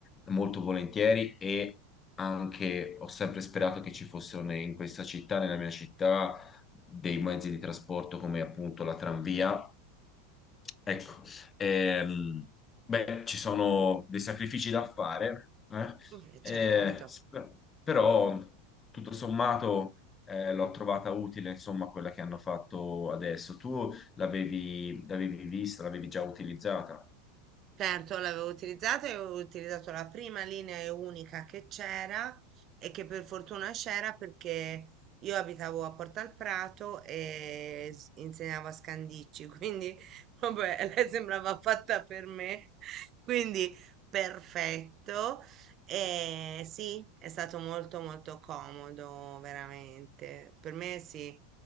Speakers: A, on the left (about 25°); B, on the right (about 40°).
A: molto volentieri e anche ho sempre sperato che ci fossero ne- in questa città, nella mia città dei mezzi di trasporto come appunto la tranvia. Ecco, ehm, beh, ci sono dei sacrifici da fare, eh,
B: eh, certo.
A: eh, sp- però tutto sommato eh, l'ho trovata utile, insomma, quella che hanno fatto adesso. Tu l'avevi l'avevi vista, l'avevi già utilizzata?
B: Certo, l'avevo utilizzato e avevo utilizzato la prima linea e unica che c'era e che per fortuna c'era perché io abitavo a Porta al Prato e s- insegnavo a Scandicci, quindi <laughs> vabbè, lei sembrava fatta per me, <laughs> quindi perfetto. E sì, è stato molto molto comodo, veramente. Per me sì,